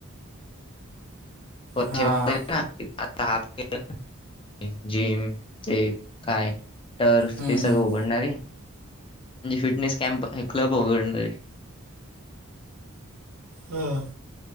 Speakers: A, on the left; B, on the right.
A: पश्चिम
B: हा
A: आता हा के जिम ते काय टर्फ
B: हम्म.
A: ते सगळं उघडणारे म्हणजे मी फिटनेस कॅम्प हे क्लब उघडणारे
B: हम्म.